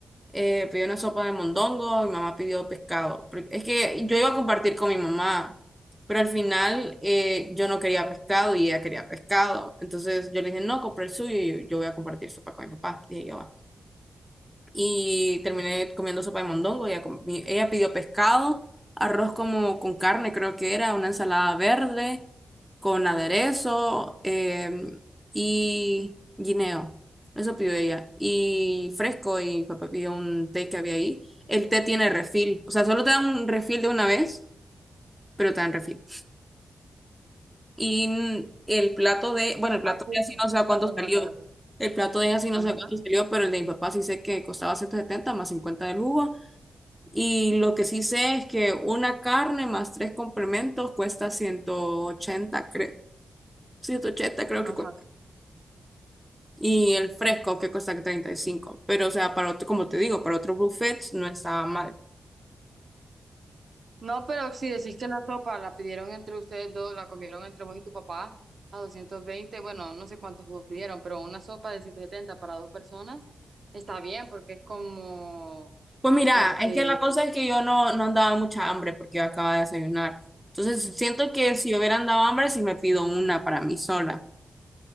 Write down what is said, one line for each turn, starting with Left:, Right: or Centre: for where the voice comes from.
Centre: Eh, pedí una sopa de mondongo, mi mamá pidió pescado. porque- Es que yo iba a compartir con mi mamá, pero al final eh, yo no quería pescado y ella quería pescado. Entonces yo le dije, no, compré el suyo y yo voy a compartir sopa con mi papá. Dije yo, "Va". y terminé comiendo sopa de mondongo. Ella, comi- ella pidió pescado, arroz como con carne, creo que era, una ensalada verde con aderezo em, y guineo. Eso pidió ella. Y fresco, y papá pidió un té que había ahí. El té tiene refil, o sea, solo te dan un refil de una vez, pero te dan refil. Y mm, el plato de, bueno, el plato
Right: Ah, pues,
Centre: de así
Right: está
Centre: no sé a cuánto
Right: bien,
Centre: salió.
Right: Ana.
Centre: El plato de así no
Right: Ajá,
Centre: sé a cuánto salió, pero el de mi papá sí sé que costaba 170 más 50 del jugo y lo que sí sé es que una carne más tres complementos cuesta 180, creo. ciento ochenta creo
Right: ajá.
Centre: que cuesta. Y el fresco que cuesta treinta y cinco Pero, o sea, para otro, como te digo, para otros buffets no estaba mal.
Right: No, pero si decís que la sopa la pidieron entre ustedes dos, la comieron entre vos y tu papá a doscientos veinte bueno, no sé cuántos jugos pidieron, pero una sopa de 170 para dos personas está bien porque es como,
Centre: Pues mira,
Right: este...
Centre: es que la cosa es que yo no, no andaba mucha hambre porque yo acababa de desayunar. Entonces siento que si hubiera andado hambre, sí me pido una para mí sola.